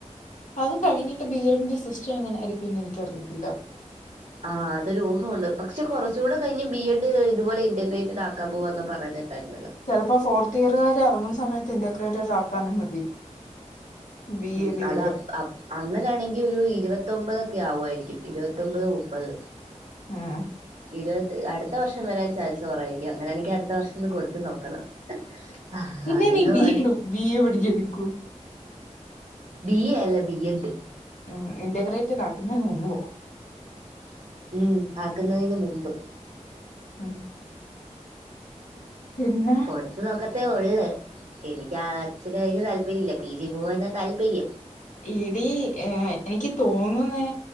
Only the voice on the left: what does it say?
അത് കഴിഞ്ഞിട്ട് ബി എഡിന്റെ സിസ്റ്റം ഇങ്ങനെയായിരിക്കുന്ന് എനിക്കറിയത്തില്ല
ചെലപ്പോ ഫോർത്തിയറ്കാരെറങ്ങുന്ന സമയത്ത് ഇന്റിക്രേറ്റ്സ് ആക്കാനും മതി ബി
എ ബി
എഡ്
ഉം
പിന്നെ
നീ വീണ്ടു ബി എ പഠിക്ക നിക്കോ?
ഉം ഇറ്റഗ്രേറ്റഡ് ആക്കുന്നേന് മുമ്പോ?
ഉം പിന്നെ
എടീ എഹ് എനിക്ക് തോന്നുന്നെ